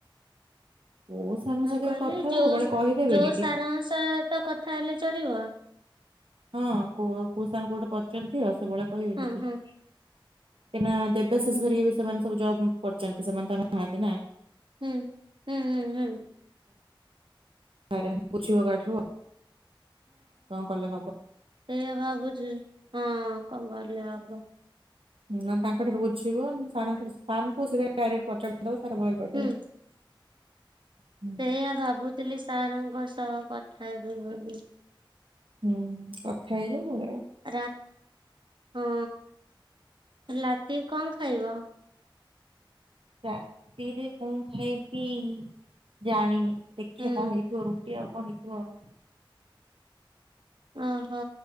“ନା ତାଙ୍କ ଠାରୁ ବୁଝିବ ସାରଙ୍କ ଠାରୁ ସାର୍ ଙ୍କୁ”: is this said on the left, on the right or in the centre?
Right